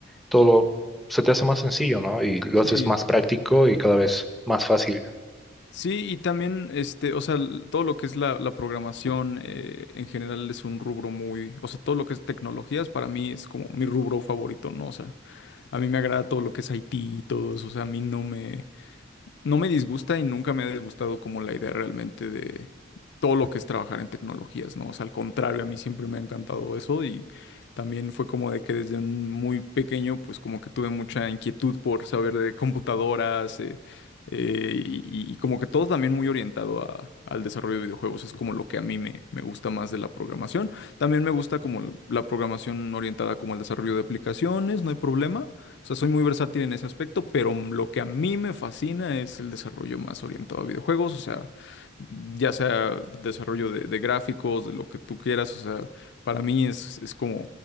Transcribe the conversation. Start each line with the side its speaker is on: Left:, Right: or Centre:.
Centre: todo lo- se te hace más sencillo, ¿no? Y lo
Left: sí.
Centre: haces más práctico y cada vez más fácil.
Left: Sí, y también, este, o sea, l- todo lo que es la, la programación eh, en general es un rubro muy, o sea, todo lo que es tecnologías para mí es como mi rubro favorito, ¿no? O sea, a mí me agrada todo lo que es IT y todo eso, o sea, a mí no me, no me disgusta y nunca me ha disgustado como la idea realmente de todo lo que es trabajar en tecnologías, ¿no? O sea, al contrario, a mí siempre me ha encantado eso y también fue como de que desde un muy pequeño, pues como que tuve mucha inquietud por saber de computadoras eh, eh, y, y como que todo también muy orientado a- al desarrollo de videojuegos, es como lo que a mí me, me gusta más de la programación. También me gusta como la programación orientada como al desarrollo de aplicaciones, no hay problema. O sea, soy muy versátil en ese aspecto, pero lo que a mí me fascina es el desarrollo más orientado a videojuegos, o sea, ya sea desarrollo de, de gráficos, de lo que tú quieras, o sea, para mí es, es como,